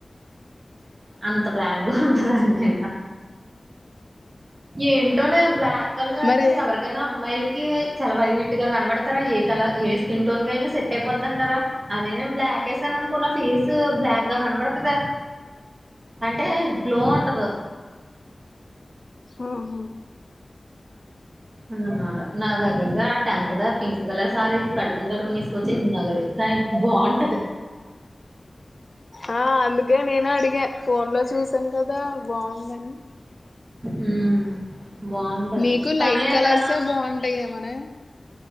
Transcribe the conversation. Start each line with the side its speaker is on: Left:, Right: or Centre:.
Right: అంత బ్లాక్ గా ఉంటుదండి ఏంటోనే బ్లాక్ కలర్ వస్తే
Left: మరి
Right: ఎవరికైనా అమ్మాయిలకి చాలా వైట్ గా కనబడతారా ఏ కలర్ ఏ స్కిన్ టోన్ కి అయినా సెట్ అయిపోతుంటారా అదేనా బ్లాక్ బ్లాక్కేసా అనుకున్న ఫేస్ బ్లాక్ గా కనబడుతుందా అంటే గ్లో ఉండదు
Left: ఓహో
Right: అద అనమాట నా దగ్గరద టెన్త్ ద పింక్ కలర్ సారీ కట్కొని కట్కొని ఇసుకొచ్చేసింది నాకది దానికి బాగుంటది
Left: ఆ అందుకే నేను అడిగా ఫోన్ లో చూసాం కదా బాగున్నాను
Right: ఉమ్ బాగుంటది
Left: నీకు
Right: కానీ
Left: లైట్ కలర్సే
Right: అక్కడ ఉమ్
Left: బాగుంటాయేమోనే